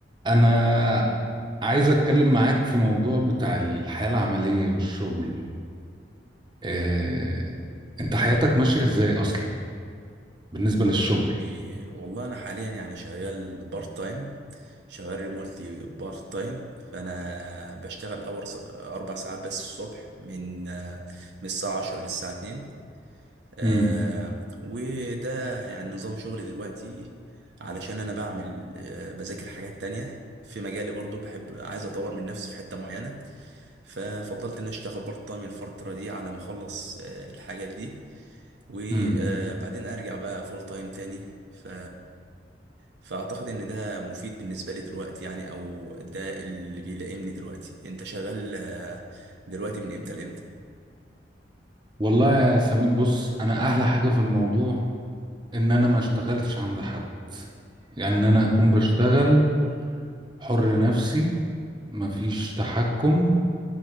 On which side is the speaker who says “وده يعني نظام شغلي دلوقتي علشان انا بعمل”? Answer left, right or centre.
Right